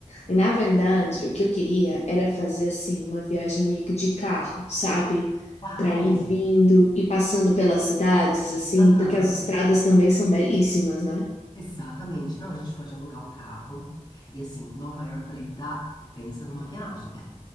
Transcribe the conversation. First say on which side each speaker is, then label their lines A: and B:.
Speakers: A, on the left; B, on the left.
A: E na verdade, o que eu queria era fazer assim uma viagem meio que de carro, sabe?
B: Uau!
A: Para ir vindo e passando pelas cidades assim,
B: Aham,
A: porque as estradas também são belíssimas, né?
B: exatamente. Não, a gente pode alugar um carro. E assim, Nova York para Utah, pensa numa viagem.